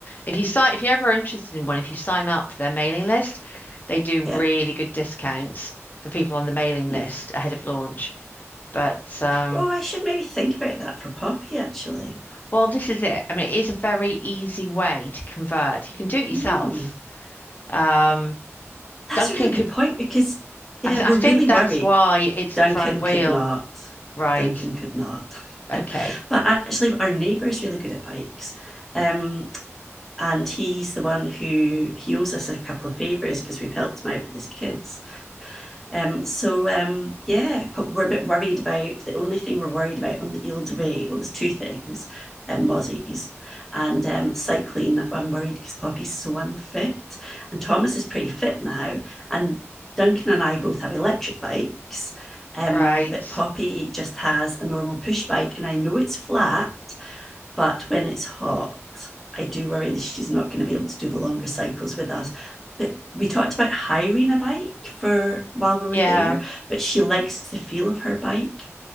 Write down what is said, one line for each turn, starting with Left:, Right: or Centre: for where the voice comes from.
Left: If you sign, if you're ever interested in one, if you sign up for their mailing list, they do really
Centre: yeah,
Left: good discounts for people on the mailing
Centre: yeah.
Left: list ahead of launch. But um,
Centre: Oh, I should maybe think about that for Poppy, actually.
Left: well, this is it. I mean, it is a very easy way to convert. You can do it yourself.
Centre: Mm,
Left: Um,
Centre: that's
Left: Duncan
Centre: a really
Left: could.
Centre: good point because, yeah,
Left: I, th
Centre: we're
Left: I think
Centre: really worried.
Left: that's why it's
Centre: Duncan
Left: the front wheel,
Centre: could not.
Left: right?
Centre: Duncan could not.
Left: Okay.
Centre: <laughs> but actually, our neighbour's really good at bikes. Um, and he's the one who he owes us a couple of favours because we've helped him out with his kids. Um, so um, yeah, we're a bit worried about the only thing we're worried about on the Ile de Ré. Well, there's two things: um, mozzies and um, cycling. I'm worried because Poppy's so unfit, and Thomas is pretty fit now. And Duncan and I both have electric bikes, um,
Left: Right.
Centre: but Poppy just has a normal push bike, and I know it's flat, but when it's hot, I do worry that she's not going to be able to do the longer cycles with us. But we talked about hiring a bike for while we were
Left: Yeah.
Centre: there, but she likes the feel of her bike.